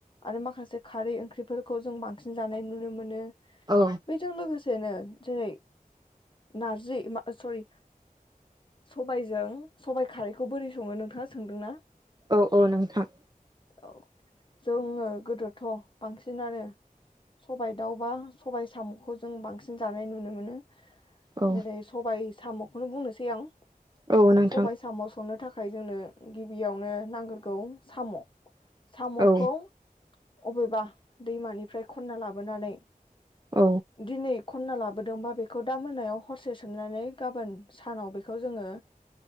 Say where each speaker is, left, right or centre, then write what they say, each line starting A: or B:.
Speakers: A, on the left (about 35°); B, on the right (about 30°).
A: आरो माखासे खारै ओंख्रिफोर खौ जों बांसिन जानाय नुनो मोनो
B: औ
A: बै लोगोसेनो जेरै नारजि ओ मा स'रि सबाय जों सबाय खारैखौ बोरै सङो नोंथाङा सोंदों ना।
B: औ औ नोंथां
A: औ जोङो गोदोथ' बांसिन नानो सबाइ दाउबा सबाय साम' जों बांसिन जानाय नुनो मोनो।
B: औ
A: जेरै सबाय साम'खौनो बुंनोसै आं
B: औ नोंथां
A: सबाय साम' संनो थाखाय जोंनो गिबियावनो नांग्रोगौ साम' साम'खौ
B: औ
A: अबेबा दैमानिफ्राय खनना लाबोनानै
B: औ
A: दिनै खन खनना लाबोदोंबा बेखौ दा मोनायाव हरसे सोमनानै गाबोन सानाव बेखौ जोङो